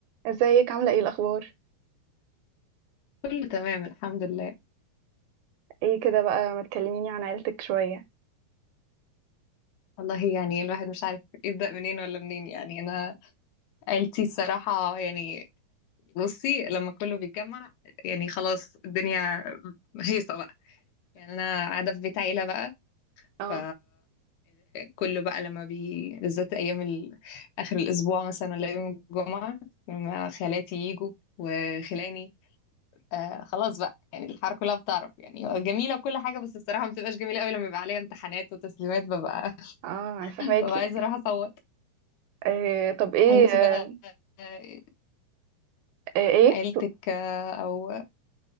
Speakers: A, on the right (about 75°); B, on the left (about 75°).
A: ازيك عاملة ايه الأخبار؟
B: كله تمام الحمد لله
A: ايه كده بقى ما تكلميني عن عيلتك شوية
B: والله يعني الواحد مش عارف يبدأ منين ولا منين يعني أنا عيلتي الصراحة يعني بصي لما كله بيتجمع يعني خلاص الدنيا هيصة بقى يعني أنا قاعدة في بيت عيلة بقى
A: اه
B: ف كله بقى لما بي بالذات أيام ال... آخر الأسبوع مثلا ولا يوم الجمعة لما خالاتي يجوا وخلاني آه خلاص بقى يعني الحاره كلها بتعرف يعني جميلة وكل حاجة بس الصراحة ما بتبقاش جميلة قوي لما يبقى عليا امتحانات وتسليمات ببقى
A: اه انا فهماكي
B: ببقى عايزة اروح اصوت
A: إيه طب ايه
B: انتي
A: آه،
B: بقى آه،
A: آه، ايه
B: عيلتك آه، او